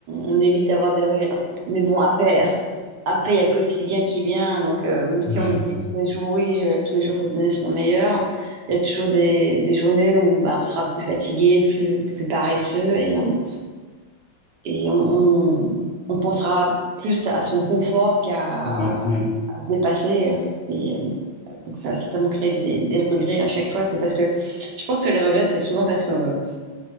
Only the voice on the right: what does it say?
on évite d'avoir des regrets. Mais bon, après, après, il y a le quotidien qui vient. Donc, euh, même si
on se
dit tous les jours, oui, je- tous les jours, faut donner son meilleur, il y a toujours des, des journées où bah, on sera plus fatigué, plus, plus paresseux et, on, et on, on- on pensera plus à son confort qu'à
à se dépasser. Et euh, bon, donc, ça va certainement créer des, des regrets à chaque fois. C'est parce que je pense que les regrets, c'est souvent parce que